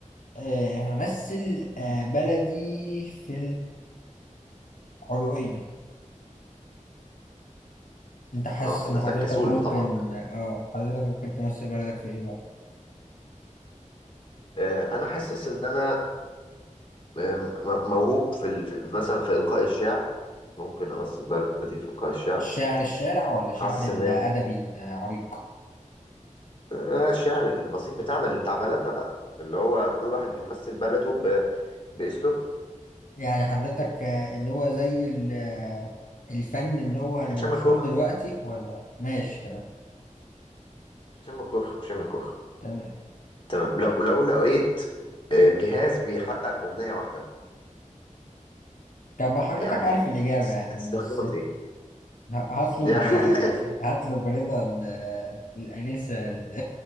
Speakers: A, on the left (about 75°); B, on the left (about 40°).
A: آه همثل آه بلدي في العلوية انت حاسس
B: اه حضرتك
A: ان حضرتك
B: كسول
A: ممكن
B: بطبعك
A: اه حضرتك ممكن تمثل بلدك في ايه بقى
B: آه انا حاسس ان انا آه، م- موهوب في, ال... في مثلا في القاء الشعر ممكن امثل بلدي في القاء الشعر
A: الشعر الشارع ولا شعر
B: حاسس
A: الأدبي
B: ان
A: العريق
B: آه، الشعر البسيط بتاعنا اللي بتاع بلدنا بقى اللي هو كل واحد بيمثل بلده ب... باسلوبه
A: يعني حضرتك آه اللي هو زي ال- آه، الفن اللي هو اللي
B: هشام
A: مشهور
B: الكوخ
A: دلوقتي ولا ماشي تمام
B: هشام الكوخ هشام الكوخ
A: تمام
B: تمام لو لو لقيت آه، جهاز بيحقق أمنية واحدة
A: طب حضرتك
B: يعني
A: عارف الإجابة
B: تس-
A: يعني
B: تستخدمها
A: بس
B: في ايه؟
A: هطلب
B: يعني <laughs>
A: هطلب رضا ال- الأنسة ال-